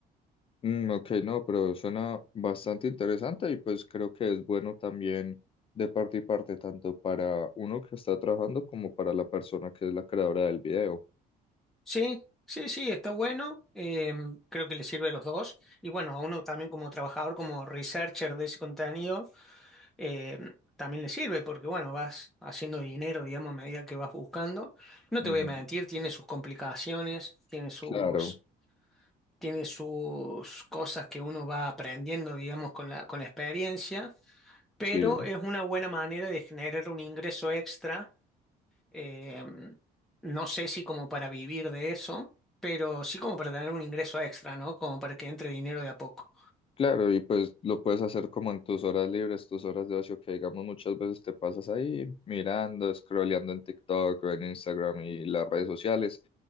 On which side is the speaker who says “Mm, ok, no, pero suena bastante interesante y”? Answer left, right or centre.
Left